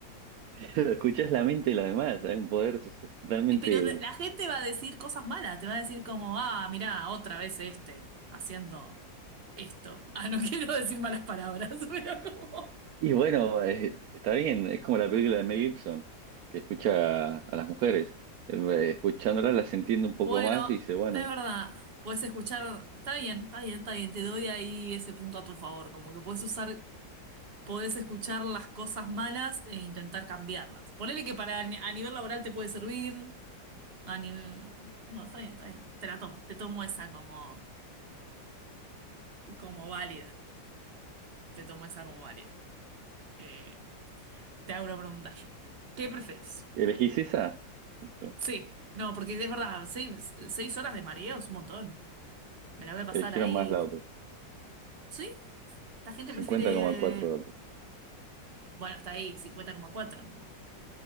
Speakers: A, on the right; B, on the right.
A: <laughs> escuchás la mente de los demás. Hay un poder so- totalmente.
B: Y pero la la gente va a decir cosas malas. Te va a decir como, ah, mirá, otra vez este, haciendo esto. Ah, no <laughs> quiero decir malas palabras, <laughs> pero como...
A: Y bueno, eh, está bien. Es como la película de Mel Gibson, que escucha a las mujeres. Eh, Escuchándolas las entiende un
B: Bueno,
A: poco más y dice, bueno,
B: es verdad. Puedes escuchar, está bien, está bien, está bien, te doy ahí ese punto a tu favor, como que puedes usar podés escuchar las cosas malas e intentar cambiarlas. Ponele que para ni- a nivel laboral te puede servir, a nivel... Bueno, está bien, está bien. Te la tomo, te tomo esa como, como válida. Te tomo esa como válida. Eh, te hago una pregunta yo. ¿Qué preferís?
A: ¿elegís esa? Listo.
B: Sí, no, porque es verdad, seis, seis horas de mareo es un montón. Me la voy a pasar
A: Eligieron
B: ahí.
A: más la otra.
B: ¿Sí? La gente
A: 50,4
B: prefiere...
A: la otra.
B: Bueno, está ahí, cincuenta coma cuatro como,